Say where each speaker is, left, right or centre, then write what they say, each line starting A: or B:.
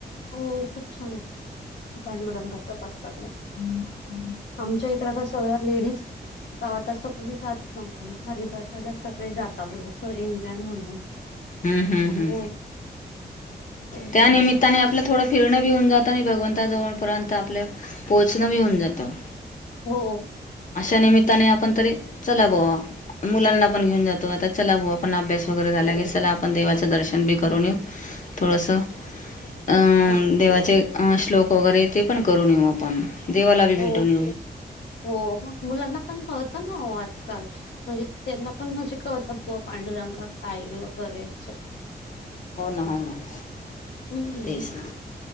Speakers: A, on the left; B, on the left.
A: हो खूप छान आहेत पांडुरंगाच करतात नाही आमच्या इकड तर सगळ्या लेडीज गावात असं कोणी जात नव्हतं मग हरिभटाला सगळे जाता बरंस एन्जॉय म्हणून
B: हम्म हम्म हम्म
A: हो खूप
B: त्या
A: भारी
B: निमित्ताने आपलं थोडं फिरणं बी होऊन जातं आणि भगवंताजवळपर्यंत आपल्या पोचणं बी होऊन जातं
A: हो
B: अशा निमित्ताने आपण तरी चला बो मुलांना पण घेऊन जातो आता चला भा आपण अभ्यास वगैरे झाला की चला आपण देवाच दर्शन बी करून येऊ थोडस अं
A: हो
B: देवाचे श्लोक वगैरे ते पण करून न येऊ आपण देवाला बी भेटून
A: हो
B: येऊ
A: हो मग मुलांना पणत ना आजकाल म्हणजे त्यांना पण म्हणजे कळत पांडुरंगा काई वगैरे अस
B: हो ना हो मग
A: हम्म
B: तेच ना